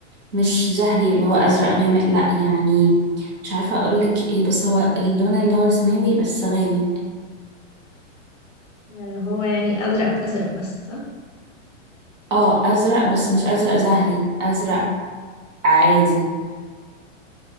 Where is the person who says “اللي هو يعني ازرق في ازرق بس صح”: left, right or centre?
Left